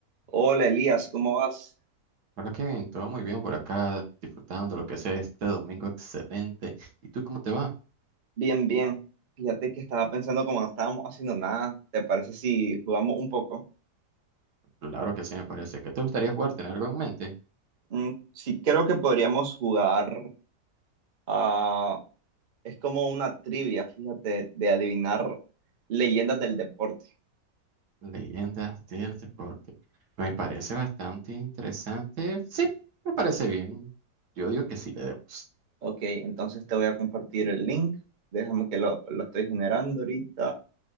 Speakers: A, on the right; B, on the right.
A: Hola Elías, ¿cómo vas?
B: Bueno, Kevin, todo muy bien por acá, disfrutando lo que sea este domingo excelente. ¿Y tú cómo te va?
A: Bien, bien. Fíjate que estaba pensando como no estábamos haciendo nada, ¿te parece si jugamos un poco?
B: Claro que sí, me parece. ¿Qué te gustaría jugar? ¿Tener algo en mente?
A: Mm, sí, creo que podríamos jugar a... Es como una trivia, fíjate, de adivinar leyendas del deporte.
B: Leyendas del deporte. Me parece bastante interesante. Sí, me parece bien. Yo digo que sí le demos.
A: Ok, entonces te voy a compartir el link. Déjame que lo, lo estoy generando ahorita.